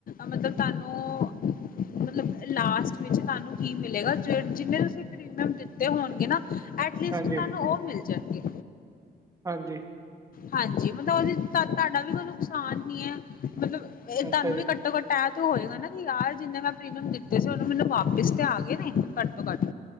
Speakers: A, on the left; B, on the right.
A: ਮਤਲਬ ਤੁਹਾਨੂੰ ਮਤਲਬ ਲਾਸਟ ਵਿੱਚ ਤੁਹਾਨੂੰ ਕੀ ਮਿਲੇਗਾ ਜ ਜਿਵੇਂ ਤੁਸੀਂ ਪ੍ਰੀਮੀਅਮ ਦਿੱਤੇ ਹੋਣਗੇ ਨਾ ਐਟਲੀਸਟ
B: ਹਾਂਜੀ
A: ਤੁਹਾਨੂੰ ਉਹ ਮਿਲ ਜਾਣਗੇ।
B: ਹਾਂਜੀ।
A: ਹਾਂਜੀ, ਮਤਲਬ ਉਹਦੇ ਤੁਹਾਡਾ ਵੀ ਕੋਈ ਨੁਕਸਾਨ ਨੀ ਹੈ ਮਤਲਬ ਇਹ ਤੁਹਾਨੂੰ
B: ਅੱਛਾ ਜੀ
A: ਵੀੱ ਘੱਟੋ ਘੱਟ ਤੈ ਤੇ ਹੋਏਗਾ ਨਾ ਕਿ ਯਾਰ ਜਿੰਨੇ ਮੈਂ ਪ੍ਰੀਮੀਅਮ ਦਿੱਤੇ ਸੀ ਉਹਨੂੰ ਮੈਨੂੰ ਵਾਪਿਸ ਤੇ ਆ ਗਏ ਨੇ। ਘੱਟੋ-ਘੱਟ